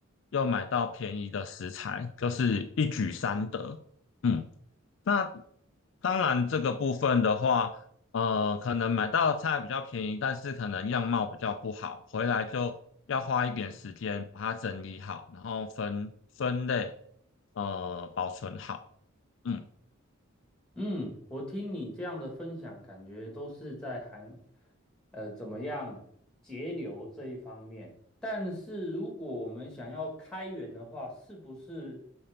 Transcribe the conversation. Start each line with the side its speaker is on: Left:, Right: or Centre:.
Left: 又买到便宜的食材，就是一举三得。嗯，那当然这个部分的话，呃，可能买到菜比较便宜，但是可能样貌比较不好，回来就要花一点时间把它整理好，然后分分类，呃，保存好。嗯。
Centre: 嗯，我听你这样的分享，感觉都是在韩，呃，怎么样节流这一方面。但是如果我们想要开源的话，是不是